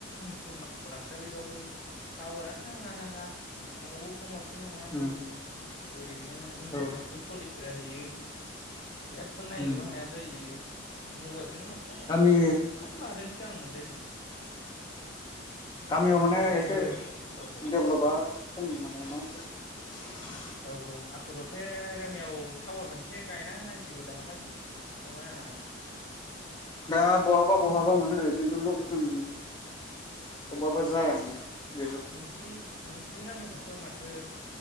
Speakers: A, on the left; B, on the left.
A: खुरमा आलासि जानायबाबो टावारानो नाङा नाङा न'आवबो फन हर फिननो हाया
B: उम
A: जायो ओरैनो इन्टारनेटबो
B: औ
A: सलि जाहैयो जेबो नायनोबो
B: उम
A: हाया जायो मबाइलखौनो माने
B: गामि
A: मानो लादोंसो <unintelligible>
B: गामियाव माने
A: अनलाइनबो
B: एसे
A: औ
B: डेभलपा
A: औ
B: खम माने <unintelligible>
A: औ औ आसलथे गामियाव टावार मोनसे गायना होनांसिगौ दाहालागै नंगौना नङा नोंथां
B: दा बहाबा बहाबा मोनो खिन्थु लकेसन अबावबा जाया माने बेबो
A: नोंसिनि नोंसिनि गामि खाथियाव माथो